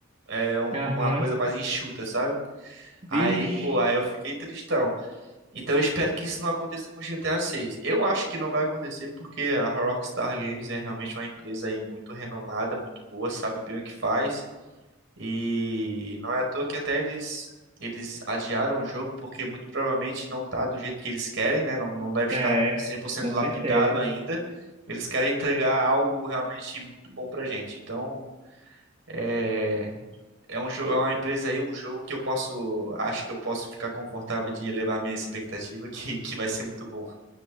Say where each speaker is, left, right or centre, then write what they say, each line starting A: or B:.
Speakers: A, on the right; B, on the right.
A: é, um-
B: aham,
A: uma coisa mais enxuta, sabe? Aí,
B: vixe.
A: pô, aí eu fiquei tristão. Então eu espero que isso não aconteça com GTA 6. Eu acho que não vai acontecer porque a Rockstar Games é realmente uma empresa aí muito renomada, muito boa, sabe bem o que faz. E não é à toa que até eles, eles adiaram o jogo, porque muito provavelmente não tá do jeito que eles querem, né? Não, não deve
B: É,
A: estar 100%
B: com
A: lapidado
B: certeza.
A: ainda. Eles querem entregar algo realmente muito bom pra gente. Então, é, é um jogo, é uma empresa aí, um jogo que eu posso, acho que eu posso ficar confortável de elevar minha expectativa, <laughs> que, que vai ser muito bom.